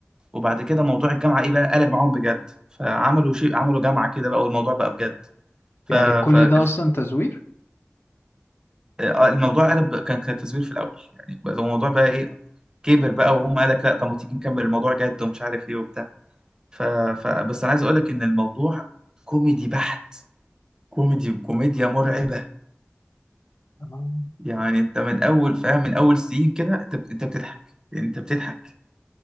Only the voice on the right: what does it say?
وبعد كده موضوع الجامعة ايه بقى قلب معاهم بجد فعملوا شيء عملوا جامعة كده بقى والموضوع بقى بجد ف...
فالفيلم
آه، الموضوع قلب كان كان تزوير في الاول يعني بقى الموضوع بقى ايه كبر بقى وهم قالك لا طب ما تيجي نكمل الموضوع جد ومش عارف ايه وبتاع ف... ف... بس انا عايز اقولك ان الموضوع كوميدي بحت كوميدي كوميديا مرعبة
يعني انت من اول فاهم من اول سين كده انت بت- انت بتضحك يعني انت بتضحك